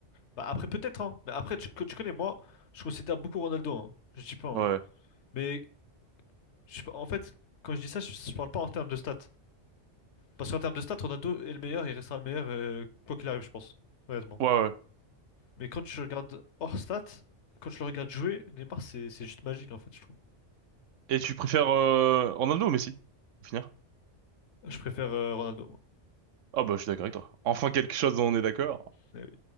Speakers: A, on the left; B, on the right.
A: Bah après, peut-être, hein. Mais après, tu, que tu connais, moi, je considère beaucoup Ronaldo, hein. Je dis pas, hein.
B: Ouais,
A: Mais je sais pas- en fait, quand je dis ça, je, je parle pas en termes de stats. Parce qu'en termes de stats, Ronaldo est le meilleur, il restera le meilleur, euh, quoi qu'il arrive, je pense. Honnêtement.
B: ouais, ouais.
A: Mais quand tu regardes hors stats, quand tu le regardes jouer, Neymar, c'est c'est juste magique, en fait, je trouve.
B: Et tu préfères euh, Ronaldo ou Messi? Pour finir?
A: Je préfère euh, Ronaldo, moi.
B: Ah bah, je suis d'accord avec toi. Enfin, quelque chose dont on est d'accord.
A: Mais